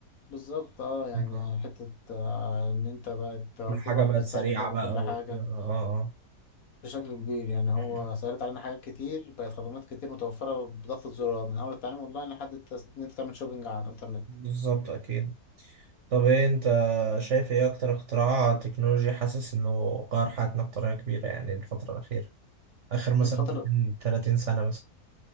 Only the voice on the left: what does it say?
بالظبط اه يعني
حتة آه إن أنت بقت
كل واحد
مستعجل
يعمل
كل حاجة
بشكل كبير يعني هو
سهلت علينا حاجات كتير بقت خدمات كتير متوفرة بضغطة زرار من أول التعليم أونلاين لحد التس- إن أنت تعمل شوبينج على الإنترنت
الفترة